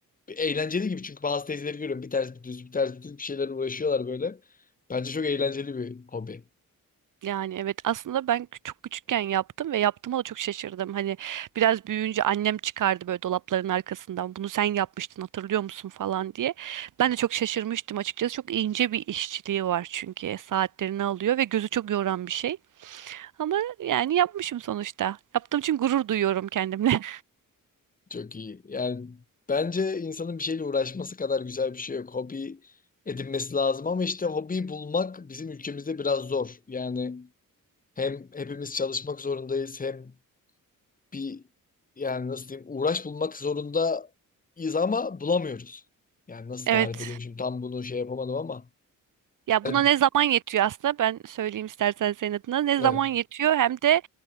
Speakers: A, on the left; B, on the right.
A: eğlenceli gibi. Çünkü bazı teyzeleri görüyorum. Bir ters bir düz, bir ters bir düz bir şeyler uğraşıyorlar böyle. Bence çok eğlenceli bir hobi.
B: Yani evet aslında ben kü- çok küçükken yaptım ve yaptığıma da çok şaşırdım. Hani biraz büyüyünce annem çıkardı böyle dolapların arkasından bunu sen yapmıştın hatırlıyor musun falan diye. Ben de çok şaşırmıştım açıkçası. Çok ince bir işçiliği var çünkü saatlerini alıyor ve gözü çok yoran bir şey. Ama yani yapmışım sonuçta. Yaptığım için gurur duyuyorum kendimle.
A: Çok iyi. Yani bence insanın bir şeyle uğraşması kadar güzel bir şey yok. Hobi edinmesi lazım ama işte hobiyi bulmak bizim ülkemizde biraz zor. Yani Hem hepimiz çalışmak zorundayız hem bir yani nasıl diyeyim uğraş bulmak zorundayız ama bulamıyoruz. Yani
B: <laughs>
A: nasıl
B: Evet.
A: tarif edeyim şimdi tam bunu şey yapamadım ama
B: Ya
A: ben,
B: buna ne zaman yetiyor aslında ben söyleyeyim istersen senin adına. Ne zaman
A: evet.
B: yetiyor hem de